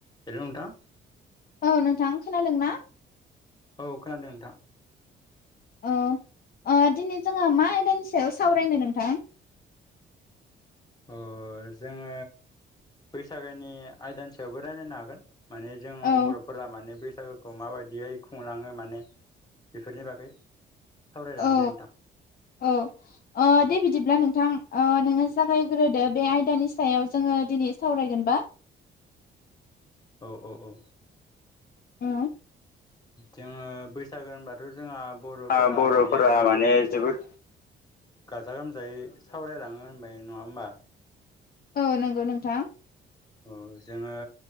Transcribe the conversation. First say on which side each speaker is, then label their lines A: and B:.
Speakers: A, on the left; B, on the left.
A: Hello नोंथां।
B: औ नोंथां खोनादों ना?
A: औ खोनादों नोंथां।
B: औ ओ दिनै जोङो मा आयदानि सायाव सावरायनो नोंथां?
A: अ जोङो बैसागोनि आयदानि सायावबो रायलायनो हागोन। माने जों
B: औ
A: बर'फोरा माने बैसागोखौ माबायदियै खुंलाङो माने‌। बेफोरनि बागै सावरायजागोन
B: औ
A: दे नोंथां।
B: औ ओ दे बिदिब्ला नोंथां, ओ नोङो जागायग्रोदो बे आयदानि सायाव जोङो दिनै सावरायगोन। बा
A: औ औ औ ओम
B: औ
A: जोङो बैसागो होनबाथ'। जोंहा बर'फोरा
B: आ बर'फोरा
A: माने जोबोद।
B: माने जोबोद
A: गाजा गोमजायै सावरायलाङो होनबाय नङा होमबा?
B: औ नोंगौ नोंथां।
A: औ जोङो